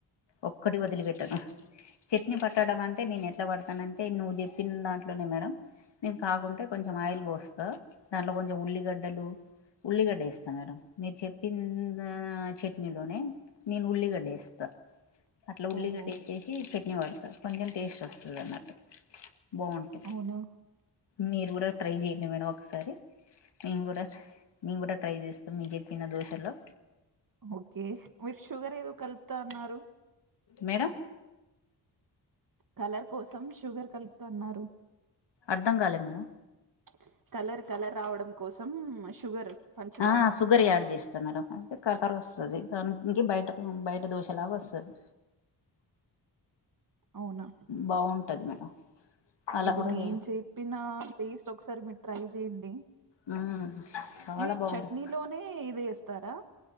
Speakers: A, on the left; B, on the right.
A: ఒక్కటి వదిలిపెట్టాను చట్నీ పట్టడం అంటే నేను ఎట్లా పడు. అనంటే నువ్వు చెప్పిన దాంట్లోనే మేడం. నెన్ కాగుంటే కొంజెం ఆయిల్ పోస్తా దాంట్లో కొంచం ఉల్లిగడ్డలు ఉల్లిగడ్డేస్త మేడం మీరు చెప్పిందా ఆ చట్నీలోనే నేను ఉల్లిగడ్డేస్త అట్లా ఉల్లిగడ్డేసేసి
B: ఓహో
A: చట్నీ పడతారు కొంజెం టేస్ట్ ఒస్తాదన్న బావుంటాయి
B: అవునా
A: మీరు గూడా ట్రై చేయండి మేడం ఒకసారి. మేముగుడా మేంగుడా ట్రై చేస్తాం మీరు జెప్పిన దోశల్లో.
B: ఓకే మీర్ షుగర్ ఏదో కలుపుతా అన్నారు.
A: మేడం.
B: కలర్ కోసం షుగర్ కలుపుతా అన్నారు.
A: అర్థం కాలే మేడం
B: ప్చ్ కలర్ కలర్ రావడం కోసం షుగర్. పంచదార
A: ఆహ్ షుగర్ యాడ్ చేస్తా మేడం అయితే కలర్ వస్తది. అవును పొంగి బయటకు బయట దోషాల్లవస్తది.
B: అవునా
A: బావుంటది మేడం. అలా
B: ఇప్పుడు
A: కూడా
B: నేను
A: చేయ
B: చెప్పిన టేస్ట్ ఒకసారి. ట్రై జెయండి
A: మ్మ్ చాలా
B: ఇది
A: బాగుంటది
B: చట్నీలోనే ఇది ఏస్తారా.